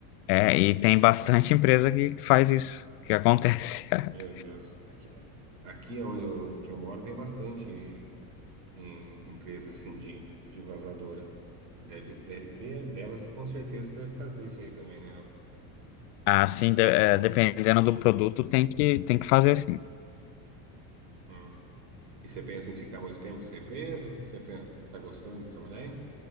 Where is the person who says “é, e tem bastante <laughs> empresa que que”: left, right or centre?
Left